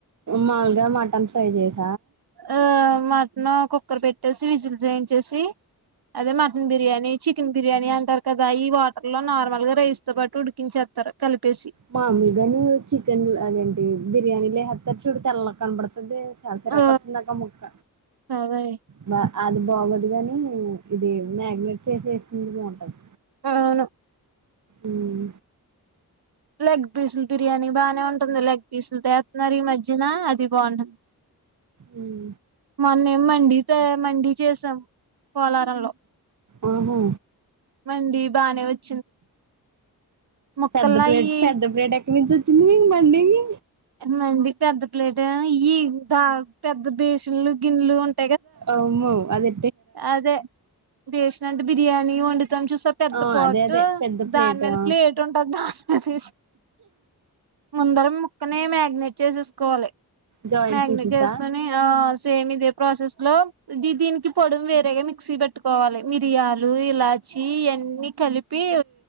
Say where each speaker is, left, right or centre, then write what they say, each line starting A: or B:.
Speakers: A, on the right; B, on the right.
A: మాములుగా మటన్ ఫ్రై చేసి
B: ఆ మటన్ కుక్కర్ పెట్టేసి విజిల్స్ వేయించేసి అదే మటన్ బిర్యానీ చికెన్ బిర్యానీ అంటారు కదా ఈ వాటర్ లో నార్మల్ గా రైస్ తో పాటూ ఉడికించేస్తారు. కలిపేసి
A: మాములు గాను చికెన్ అదేంటి బిర్యానీ లేసే స్తారు చూడు తెల్లాగ కనపడుతది సంసర
B: ఆ
A: ఒ కొ చిిన్నక ముక్క
B: అదే
A: బా <unintelligible> అది బాగోదు గాని ఇది మ్యాగ్నేట్ చేసి వేసింది బాగుంటది
B: అవును
A: ఉం
B: లెగ్ పీసులు బిర్యానీ బానే ఉంటుంది లెగ్ పీసులుతో వేస్తున్నారు ఈ మధ్యన అది బాగుంటుంది
A: ఉం
B: మొన్నేం మండి తో మండీ చేసాం పోలారంలో
A: ఓహో
B: మంది బానే వచ్చ ముక్కల్లా
A: పెద్ద ప్లేట్
B: అయి
A: పెద్ద ప్లేట్ ఎక్కడి నుంచి వచ్చింది మీకు మండికి
B: మండి పెద్ద ప్లేట్ ఆ ఇయ్యి ప పెద్ద బేషన్లు గిన్నెలు ఉంట
A: అమ్మో అదే
B: అదే బేశనంటే బిర్యాని వండు మొత్తం చూసా పెద్ద
A: ఆ
B: పాట్టు
A: అదే అదే పెద్ద ప్లేట్
B: దానిమీద
A: ఆ
B: ప్లేట్ ఉంటది దాని మీద వేసి ముందర ముక్కనే మ్యాగ్నేట్ చేసేసుకోవాలి
A: జాయింట్
B: మ్యాగ్నేట్
A: పీసెసా
B: చేసుకుని ఆ సేమ్ ఇదే ప్రాసెస్ లో దీ దీనికి పొడుం వేరేగా మిక్సీ పట్టుకోవాలి మిరియాలు ఇలాచి ఇవన్నీ కలిపి